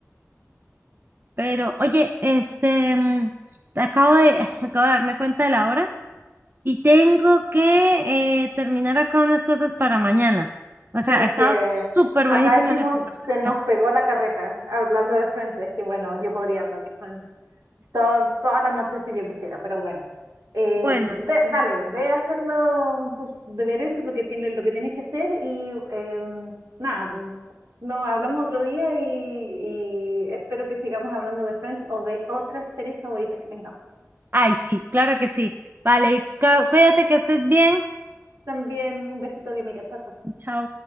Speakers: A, on the right; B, on the right.
A: Pero, oye, este, mm, acabo de, <laughs> acabo de darme cuenta de la hora y tengo que eh, terminar acá unas cosas para mañana. O sea,
B: Bueno, es
A: ha estado
B: que
A: súper
B: acá
A: buenísima
B: decimos
A: la conversación.
B: se nos pegó la carreta hablando de Friends. Es que bueno, yo podría hablar de Friends to- toda la noche si yo quisiera, pero bueno. Eh,
A: Bueno,
B: ve- dale, ve a hacer lo- tus deberes, lo que tienes, lo que tienes que hacer y eh, nada, pues, nos hablamos otro día y, y espero que sigamos hablando de Friends o de otras series favoritas que tengamos.
A: ay, sí, claro que sí. Vale, cu- cuídate que estés bien.
B: También un besito de Mira, chao, chao.
A: Chao.